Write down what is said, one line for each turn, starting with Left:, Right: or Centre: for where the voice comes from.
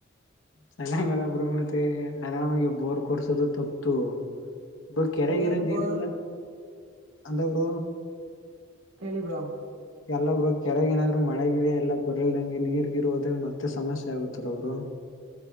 Left: ಚೆನ್ನಂಗಲ್ಲರು ಮತ್ತೆ ಆರಾಮಗೆ ಬೋರ್ ಕೊರ್ಸದು ತಪ್ಪು ಇ ಕೆರೆಗೀರೆ
Right: ಏನ್
Left: ನೀರಲ್ಲ
Right: ಬ್ರೋ
Left: ಅಂತಪರ
Right: ಹೇಳಿ ಬ್ರೋ
Left: ಎಲ್ಲಬ್ರು ಕೆರೆಗೆ ಏನಾದ್ರು ಮಳೆಗ ಎಲ್ಲ ಬರರ್ಲ್ದಂಗೆ ನೀರ್ಗಿರುದ್ರೆ ಮತ್ತೆ ಸಮಸ್ಯೆ ಆಗುತ್ತಾರ ಅವರು